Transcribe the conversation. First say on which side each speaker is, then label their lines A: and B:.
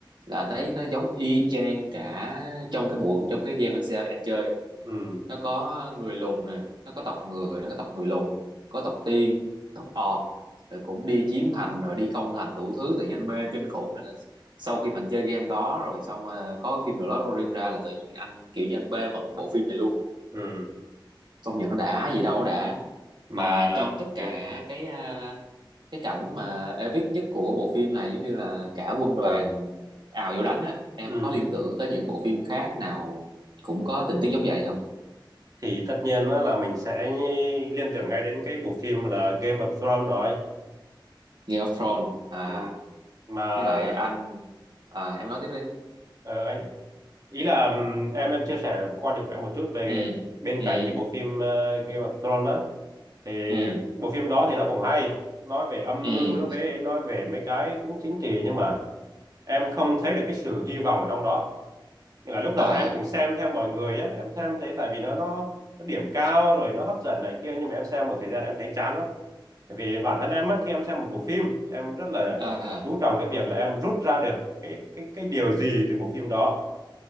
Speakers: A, on the right; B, on the right.
A: là anh thấy nó giống y chang cả trong cái bộ trong cái game anh sẽ anh chơi
B: ừ
A: nó có người lùn nè nó có tộc người nó có tộc người lùn có tộc tiên tộc ọt rồi cũng đi chiếm thành rồi đi công thành đủ thứ tự nhiên anh mê kinh khủng nên là sau khi mình chơi game đó rồi xong mà có phim The Lord of the Rings ra là tự nhiên anh kiểu như anh mê bẩn cái bộ phim này luôn
B: ừ
A: công nhận nó đã gì đâu nó đã mà
B: mà
A: trong tất cả
B: ừ
A: cái à, cái cảnh mà epic nhất của bộ phim này giống như là cả quân đoàn ào vô đánh á em
B: ừ.
A: có liên tưởng tới những bộ phim khác nào cũng có tình tiết giống vậy không
B: thì tất nhiên đó là mình sẽ liên tưởng ngay đến cái bộ phim là Game of Thrones rồi
A: Game of Thrones à
B: ừ. mà
A: với lại anh à em nói tiếp đi
B: ờ, anh ý là ừm, em em chia sẻ quan điểm của em một chút về
A: ừ
B: bên
A: ừ
B: cạnh cái bộ phim ờ, Game of Thrones đó thì
A: ừ
B: bộ phim đó thì nó cũng hay nói về âm
A: ừ
B: mưu nó về nói về mấy cái cũng chính trị nhưng mà em không thấy được cái sự hy vọng ở trong đó nghĩa là lúc đầu
A: à
B: em cũng xem theo mọi người á em xem thấy tại vì nó nó nó điểm cao rồi nó hấp dẫn này kia nhưng mà em xem một thời gian em thấy chán quá tại vì bản thân em á khi em xem một bộ phim em rất là
A: à
B: chú trọng cái việc là em rút ra được cái cái cái điều gì từ bộ phim đó